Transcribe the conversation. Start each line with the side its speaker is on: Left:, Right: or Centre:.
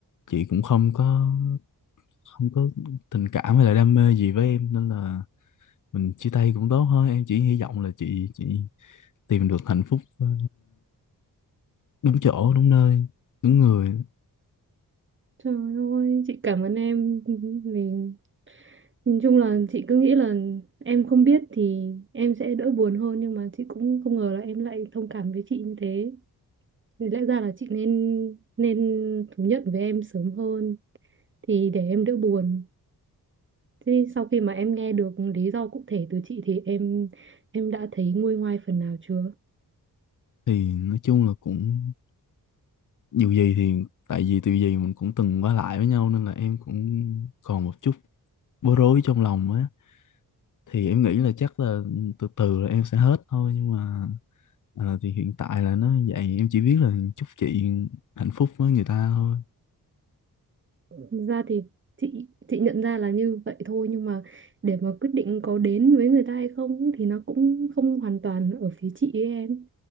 Left: chị cũng không có không có tình cảm hay là đam mê gì với em nên là mình chia tay cũng tốt thôi em chỉ hy vọng là chị chị tìm được hạnh phúc ờ, đúng chỗ đúng nơi đúng người
Right: trời ơi chị cảm ơn em mình nhìn chung là chị cứ nghĩ là em không biết thì em sẽ đỡ buồn hơn nhưng mà chị cũng không ngờ là em lại thông cảm với chị như thế thì lẽ ra là chị nên nên thú nhận với em sớm hơn thì để em đỡ buồn Thế sau khi mà em nghe được lý do cụ thể từ chị thì em em đã thấy nguôi ngoai phần nào chưa?
Left: thì nói chung là cũng dù gì thì tại vì từ gì mình cũng từng qua lại với nhau nên là em cũng còn một chút bối rối trong lòng á thì em nghĩ là chắc là từ từ là em sẽ hết thôi nhưng mà ờ, thì hiện tại là nó vậy em chỉ biết là chúc chị hạnh phúc với người ta thôi
Right: Thực ra thì chị chị nhận ra là như vậy thôi nhưng mà để mà quyết định có đến với người ta hay không ấy thì nó cũng không hoàn toàn ở phía chị ấy em.